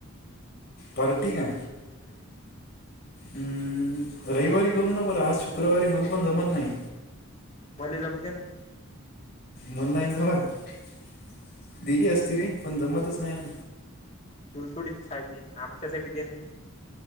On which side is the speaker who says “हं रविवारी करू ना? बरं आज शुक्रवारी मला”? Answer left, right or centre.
Left